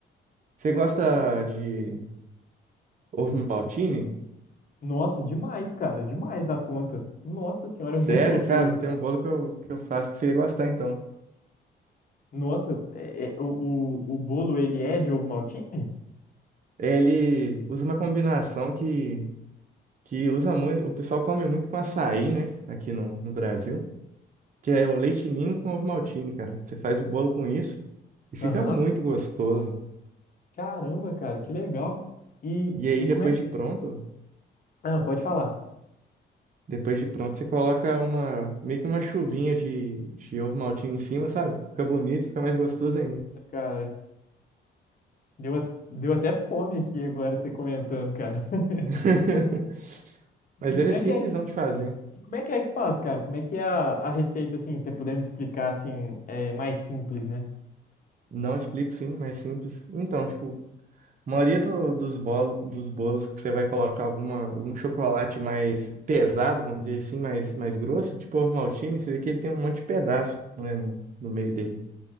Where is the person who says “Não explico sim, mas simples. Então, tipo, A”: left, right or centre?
Right